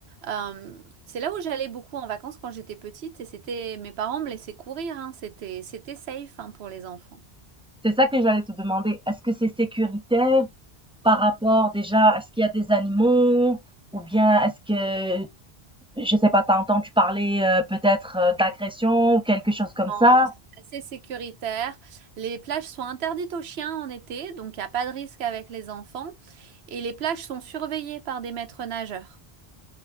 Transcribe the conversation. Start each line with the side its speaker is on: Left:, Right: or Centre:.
Right: Euh, c'est là où j'allais beaucoup en vacances quand j'étais petite et c'était mes parents me laissaient courir, hein. C'était c'était safe hein, pour les enfants.
Centre: C'est ça que j'allais te demander. Est-ce que c'est sécuritaire? par rapport déjà à ce qu'il y a des animaux ou bien est-ce que, je sais pas, tu as entendu parler, heu, peut-être, heu, d'agression ou quelque chose comme
Right: Non,
Centre: ça?
Right: C'est assez sécuritaire. Les plages sont interdites aux chiens en été, donc il n'y a pas de risque avec les enfants. Et les plages sont surveillées par des maîtres nageurs.